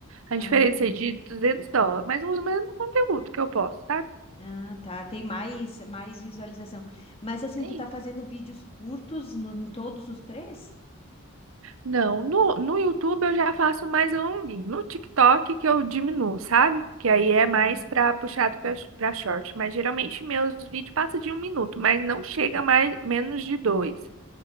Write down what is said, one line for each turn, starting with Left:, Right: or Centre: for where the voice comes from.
Right: A
Left: Ah,
Right: diferença é de 200 dólares, mas usa o mesmo conteúdo que eu posso, sabe?
Left: ah, tá. Tem mais, mais visualização. Mas assim,
Right: Sim.
Left: tu tá fazendo vídeos curtos no- em todos os três?
Right: Não, no, no YouTube eu já faço mais longuinho. No TikTok que eu diminuo, sabe? Que aí é
Left: Uhum.
Right: mais pra puxado pra, pra short. Mas geralmente meus vídeos passam de um minuto, mas não chega mais menos de dois.